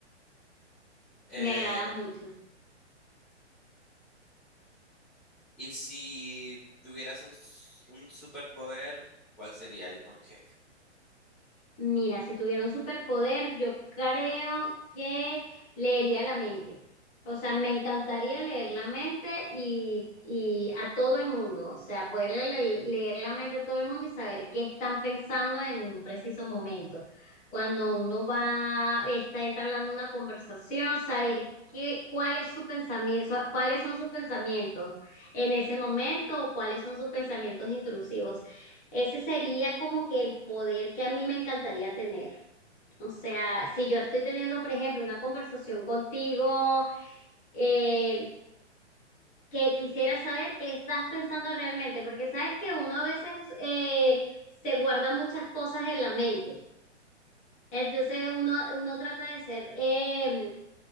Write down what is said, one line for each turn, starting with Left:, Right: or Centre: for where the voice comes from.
Centre: Eh,
Left: Me agrada mucho.
Centre: Y si tuvieras un, s- un superpoder, ¿cuál sería y por qué?
Left: Mira, si tuviera un superpoder, yo creo que leería la mente. O sea, me encantaría leer la mente y, y a todo el mundo. O sea, poder le- leer la mente a todo el mundo y saber qué están pensando en un preciso momento. Cuando uno va, está entablando una conversación, saber qué, cuál es su pensamiento, cuáles son sus pensamientos en ese momento o cuáles son sus pensamientos intrusivos. Ese sería como que el poder que a mí me encantaría tener. O sea, si yo estoy teniendo, por ejemplo, una conversación contigo, eh, que quisiera saber qué estás pensando realmente, porque sabes que uno a veces eh, se guarda muchas cosas en la mente. Entonces uno, uno trata de ser, eh,